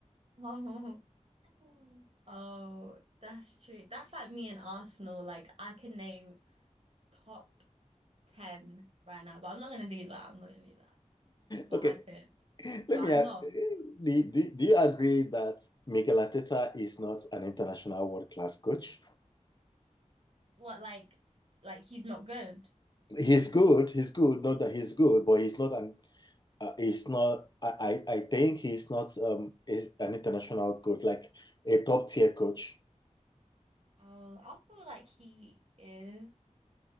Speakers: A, on the right; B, on the left.
A: <laughs> Oh, oh, that's true. That's like me and Arsenal. Like I can name top ten right now, but I'm not gonna do that. I'm not gonna do that. But
B: Okay,
A: I could.
B: let
A: But
B: me ask,
A: I'm not. But
B: do,
A: I could.
B: do, do you agree that Mikel Arteta is not an international world-class coach?
A: What like like he's not good?
B: He's good, he's good, not that he's good, but he's not an uh, he's not. I, I I think he's not um is an international coach like a top tier coach.
A: Oh, I feel like he is.